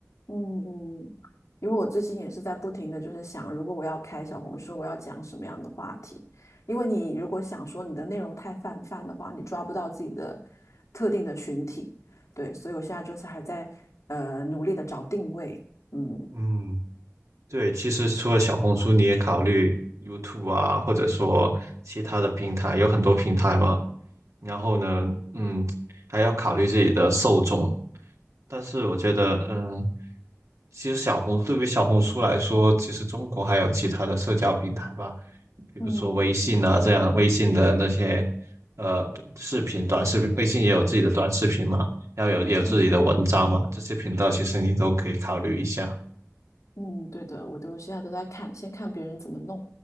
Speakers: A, on the left (about 80°); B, on the right (about 75°).
A: 嗯嗯，因为我最近也是在不停的就是想，如果我要开小红书，我要讲什么样的话题？因为你如果想说你的内容太泛泛的话，你抓不到自己的特定的群体，对，所以我现在就是还在呃努力的找定位，嗯
B: 嗯。对，其实除了小红书，你也考虑 YouTube 啊，或者说其他的平台，有很多平台嘛。然后呢，嗯，还要考虑自己的受众。但是我觉得，嗯，其实小红对于小红书来说，其实中国还有其他的社交平台吧，比如说微信啊，
A: 嗯
B: 这样微信的那些呃视频、短视频，微信也有自己的短视频嘛，然后有也有自己的文章嘛，
A: 嗯
B: 这些频道其实你都可以考虑一下。
A: 嗯，对的，我都现在都在看，先看别人怎么弄，